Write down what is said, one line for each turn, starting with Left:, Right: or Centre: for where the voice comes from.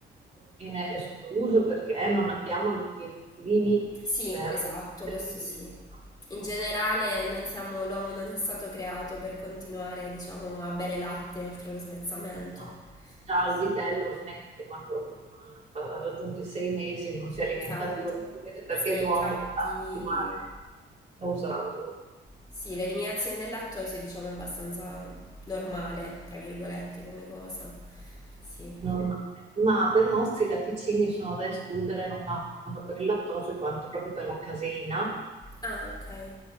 Right: viene escluso perché non abbiamo gli enzimi
Left: sì,
Right: per
Left: esatto,
Right: per
Left: questo
Right: digerirlo.
Left: sì. In generale non siamo, l'uomo non è stato creato per continuare, diciamo, a bere latte oltre lo svezzamento.
Right: No, già
Left: Sì.
Right: il vitello smette quando ha raggiunto i sei mesi, non si alimenta
Left: Esatto.
Right: più, non si vede perché
Left: Sì,
Right: l'uomo
Left: infatti,
Right: deve continuare a usarlo.
Left: sì, l'eliminazione dell'attore, sì, diciamo, è abbastanza normale, tra virgolette, come cosa. Sì.
Right: è normale, ma per molti i latticini sono da escludere non tanto per il lattosio quanto proprio per la caseina
Left: Ah, ok.